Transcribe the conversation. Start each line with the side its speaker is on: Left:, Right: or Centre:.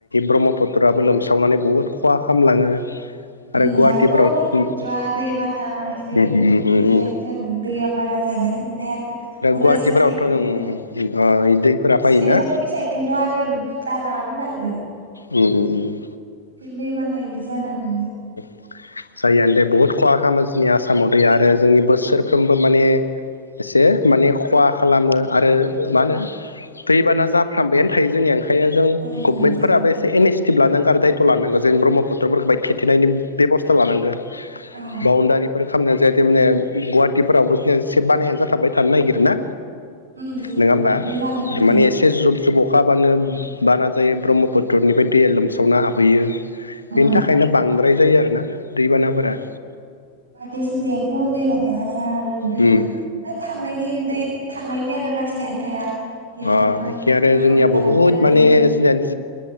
Left: ब्रह्मपुत्राबो लोमसावनानै बुहुद खहा खालामलाङो आरो
Right: उम
Left: गुवाहाटिफोराव
Right: दाथ ब्रह्मपुत्रआ दैबाना एसे
Left: अ
Right: बुरजायानो जादों दैया बारा जादों ओमफ्राय आरो अरुणचल
Left: गुवाहाटिफोरावथ'
Right: साइदथिंबो
Left: नों ओ दैफोरा फैयोना
Right: सिमेन्ट सापरि साइदथिंथ आरो दालाङानो बायदों।
Left: उम उम।
Right: दैैबाना इदि जनानैनो
Left: जायानो दैे बहुत खहा खालामो जोंनि आसामाव दै आरो जोंनि बोसोरफ्रोमबो माने एसे माने खहा खालामो आरो मा होनो दैबाना जाफ्रामबायानो थायो जोंनिया ओंखायनो जों
Right: ओं
Left: गभमेन्टफोराबो
Right: जायो जायो
Left: एसे इनिसियटिभ लानांगौ आरो दायथ लानांगौ। ब्रह्मफुत्र फोरखौ माहाय थेथेनायनि बेबसथा लानांगो
Right: औ
Left: बावनदारिफोर खामनो जाहाथे माने गुवाहाटिफोरावबो जे एसे बानायनानै जाथाबबाय थानो नागिर ना।
Right: उम दैबाना
Left: नङा होमबा
Right: बिदिनो जानानै थायो
Left: माने एसे जुब जुब अखाबानो बाना जायो ब्रह्मपुत्रनिफ्राय दैया लोमसावना हाबहैयो।
Right: उम
Left: बेनि थाखायनो बांद्राय जायो आरोना। फोरा।
Right: बाहाथै सुथियाथ दैबानाया जाययोनो
Left: उम
Right: थांनायनि बे थां थांनायनि आरो रासथायानो थाया। बेयावनो
Left: अह
Right: अखा
Left: एखे आरो जोंनिया
Right: हाबाय थाबाथाय
Left: बुहुत
Right: आरो
Left: माने
Right: दैबाना जायो
Left: जोंनि